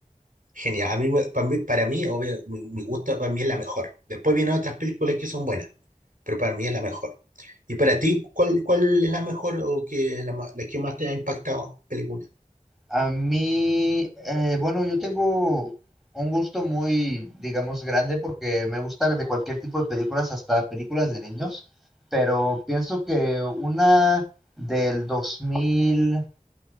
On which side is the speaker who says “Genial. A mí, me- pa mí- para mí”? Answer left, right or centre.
Right